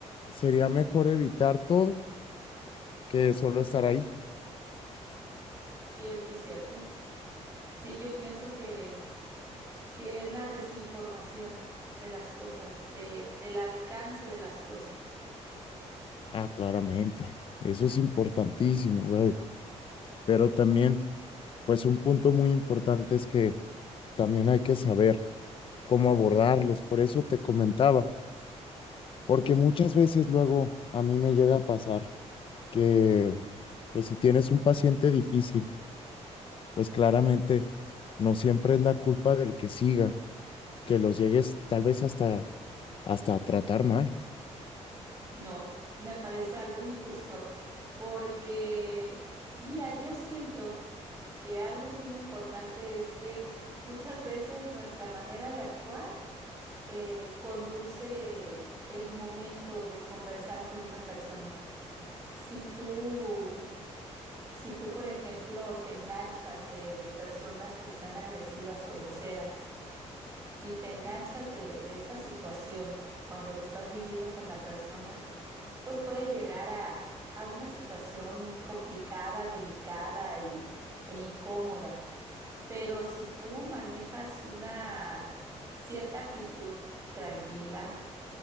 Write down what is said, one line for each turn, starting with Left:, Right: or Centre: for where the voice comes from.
Left: sería mejor evitar todo que solo estar ahí.
Right: sí, es muy cierto. Sí, yo pienso que que es la desinformación de las cosas, de, del alcance de las cosas.
Left: Ah, claramente. Eso es importantísimo, güey. Pero también, pues un punto muy importante es que también hay que saber cómo abordarlos. Por eso te comentaba, porque muchas veces luego a mí me llega a pasar que, pues si tienes un paciente difícil, pues claramente no siempre es la culpa del que siga, que los llegues tal vez hasta, hasta a tratar mal.
Right: No, me parece algo injusto porque, mira, yo siento que algo muy importante es que muchas veces nuestra manera de actuar eh, conduce el momento de conversar con una persona. Si tú, si tú, por ejemplo, te enganchas de de personas que sean agresivas o groseras, y te enganchas de, de esta situación cuando lo estás viviendo con la persona, pues puede llegar a, a una situación complicada, delicada y, e incómoda. Pero si tú manejas una cierta actitud tranquila,